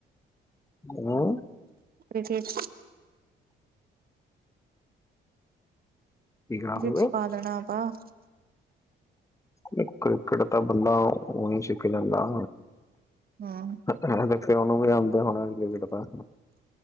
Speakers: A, on the left (about 15°); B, on the right (about 50°).
A: ਹਮ
B: ਕ੍ਰਿਕੇਟ
A: ਕੀ ਕਰਾ
B: ਉਹ
A: ਦੋਗੇ
B: 'ਚ ਪਾ ਦੇਣਾ ਅਪਾਂ
A: ਕ੍ਰਿਕੇਟ, ਕ੍ਰਿਕੇਟ ਦਾ ਬੰਦਾ ਔਂਹੀ ਸਿੱਖ ਜਾਂਦਾ
B: ਹਮ
A: ਐਹਦੇ ਪਿਓ ਨੂੰ ਵੀ ਆਉਂਦਾ ਹੋਣਾ ਕ੍ਰਿਕੇਟ ਦਾ